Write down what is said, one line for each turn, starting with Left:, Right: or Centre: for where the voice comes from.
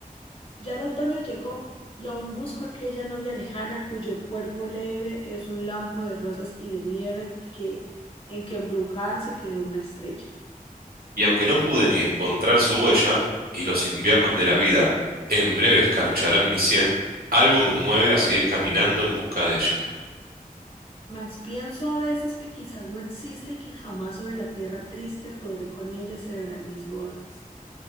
Left: Ya el otoño llegó, y aún busco aquella novia lejana cuyo cuerpo leve es un lampo de rosas y de nieve que en que embrujada se quedó una estrella.
Right: Y aunque no pude ni encontrar su huella, y los inviernos de la vida en breve escarcharán mi sien, algo me mueve a seguir caminando en busca de ella.
Left: Mas pienso a veces que quizás no existe y que jamás sobre la tierra triste podré con ella celebrar mis bodas.